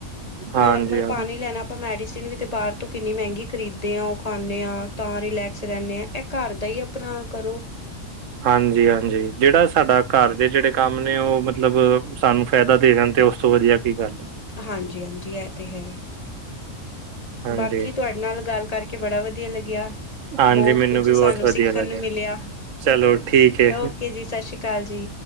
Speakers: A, on the right (about 75°); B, on the left (about 30°).
A: ਹਾਂਜੀ
B: ਨੋਰਮਲ
A: ਹਾਂਜੀ
B: ਪਾਣੀ ਲੈਣਾ ਆਪਾਂ ਮੈਡੀਸਨ ਵੀ ਤੇ ਬਾਹਰ ਤੋਂ ਕਿੰਨੀ ਮਹਿੰਗੀ ਖਰੀਦਦੇ ਹਾਂ ਉਹ ਖਾਂਦੇ ਹਾਂ ਤਾਂ ਰਿਲੈਕਸ ਰਹਿੰਨੇ ਆ। ਇਹ ਘਰ ਦਾ ਹੀ ਅਪਣਾ ਕਰੋ।
A: ਹਾਂਜੀ ਹਾਂਜੀ ਜਿਹੜਾ ਸਾਡਾ ਘਰ ਦੇ ਜਿਹੜੇ ਕੰਮ ਨੇ ਉਹ ਮਤਲਬ ਸਾਨੂੰ ਫਾਇਦਾ ਦੇ ਜਾਣ ਤੇ ਉਸ ਤੋਂ ਵਧੀਆ ਕੀ ਗੱਲ,
B: ਹਾਂਜੀ ਹਾਂਜੀ, ਇਹ ਤੇ ਹੈ।
A: ਹਾਂਜੀ
B: ਬਾਕੀ ਤੁਹਾਡੇ ਨਾਲ ਗੱਲ ਕਰਕੇ ਬੜਾ ਵਧੀਆ ਲੱਗਿਆ।
A: ਹਾਂਜੀ
B: ਬਹੁਤ
A: ਮੈਨੂੰ
B: ਕੁਝ
A: ਵੀ
B: ਸਾਨੂੰ
A: ਬਹੁਤ ਵਧੀਆ
B: ਸਿੱਖਣ
A: ਲੱਗਿਆ
B: ਨੂੰ ਮਿਲਿਆ
A: ਚਲੋ ਠੀਕ ਏ।
B: ਓਕੇ ਜੀ ਸਾਸਰੀ ਕਾਲ ਜੀ।